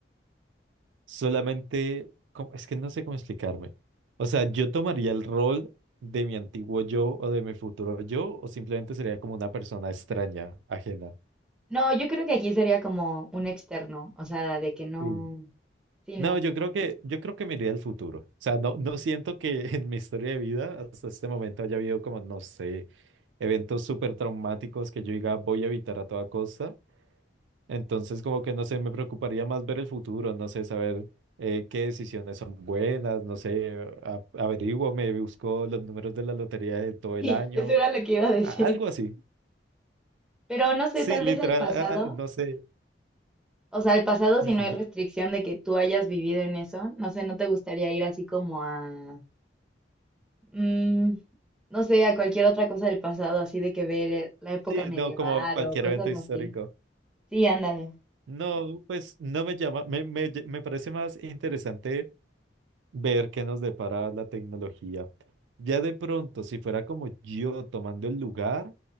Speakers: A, on the right; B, in the centre.
A: solamente, ¿cómo? Es que no sé cómo explicarme. O sea, yo tomaría el rol de mi antiguo yo o de mi futuro yo, o simplemente sería como una persona extraña, ajena.
B: No, yo creo que aquí sería como un externo, o sea, de que no.
A: Sí.
B: Sí, no.
A: No, yo
B: <laughs>
A: creo que, yo creo que me iría al futuro. O sea, no, no siento que <laughs> en mi historia de vida hasta este momento haya habido como, no sé, eventos súper traumáticos que yo diga voy a evitar a toda costa. Entonces, como que no sé, me preocuparía más ver el futuro, no sé, saber eh, qué decisiones son buenas, no sé, a- averiguo, me busco los números de la lotería de todo
B: Sí,
A: el año,
B: eso era lo que iba a decir.
A: a- algo así.
B: Pero no sé,
A: Sí,
B: tal
A: literal,
B: vez al pasado.
A: ah, ah, no sé.
B: O sea, el pasado,
A: Ujú.
B: si no hay restricción de que tú hayas vivido en eso, no sé, ¿no te gustaría ir así como a, mm, no sé, a cualquier otra cosa del pasado, así de que ver la época
A: Sí,
B: medieval
A: no, como cualquier
B: o cosas
A: evento histórico.
B: así? Sí, ándale.
A: No, pues no me llama, me, me, me parece más interesante ver qué nos depara la tecnología. Ya de pronto, si fuera como yo tomando el lugar,